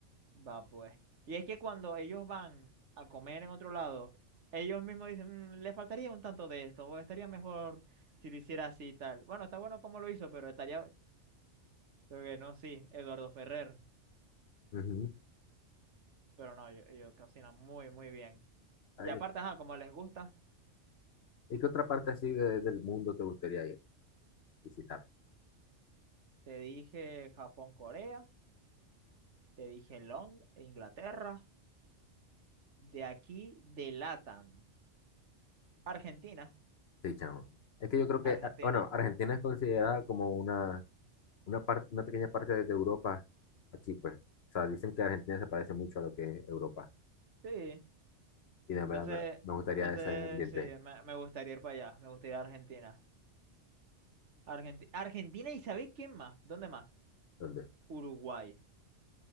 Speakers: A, on the right (about 70°); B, on the left (about 60°).
A: Va pues. Y es que cuando ellos van a comer en otro lado, ellos mismos dicen, "Mm, le faltaría un tanto de esto, o estaría mejor si lo hiciera así y tal. Bueno, está bueno como lo hizo, pero estaría, creo que no, sí, Eduardo Ferrer.
B: Ujú.
A: Pero no, ellos, ellos cocinan muy, muy bien.
B: A
A: Y
B: ver,
A: aparte, ajá, como les gusta,
B: ¿y qué otra parte así de- del mundo te gustaría ir, visitar?
A: te dije Japón, Corea, te dije Londres, Inglaterra, de aquí, de LATAM, Argentina,
B: Sí, chamo. Es que yo creo que,
A: Argentina.
B: ah, bueno, Argentina es considerada como una, una, parte, una pequeña parte de Europa aquí, pues. O sea, dicen que Argentina se parece mucho a lo que es Europa.
A: Sí,
B: Y de
A: entonces,
B: verdad me, me gustaría
A: entonces
B: ese ambiente.
A: sí, me, me gustaría ir para allá, me gustaría ir a Argentina. Argenti- Argentina y ¿sabéis quién más? ¿Dónde más?
B: ¿Dónde?
A: Uruguay.